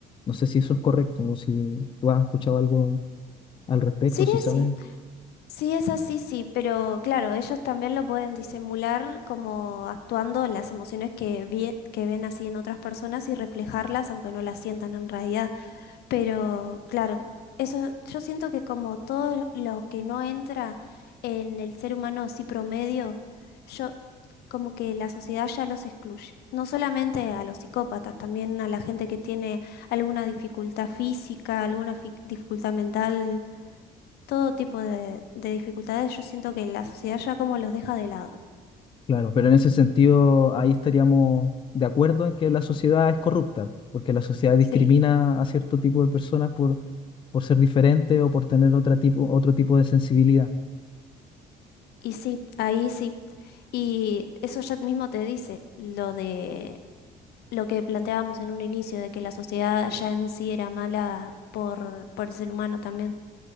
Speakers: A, on the left; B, on the left.
A: No sé si eso es correcto o si tú has escuchado algo al respecto,
B: Sí,
A: si
B: es
A: sabes.
B: sí. Sí, es así, sí. Pero claro, ellos también lo pueden disimular como actuando las emociones que, vi- que ven así en otras personas y reflejarlas, aunque no las sientan en realidad. Pero claro, eso yo siento que como todo lo que no entra en el ser humano así promedio, yo como que la sociedad ya los excluye. No solamente a los psicópatas, también a la gente que tiene alguna dificultad física, alguna fi- dificultad mental todo tipo de, de dificultades, yo siento que la sociedad ya como los deja de lado.
A: Claro, pero en ese sentido ahí estaríamos de acuerdo en que la sociedad es corrupta, porque la sociedad discrimina
B: Sí,
A: a cierto tipo de personas por, por ser diferente o por tener otra tipo, otro tipo de sensibilidad.
B: y sí, ahí sí. Y eso ya mismo te dice lo de lo que planteábamos en un inicio, de que la sociedad ya en sí era mala por, por el ser humano también.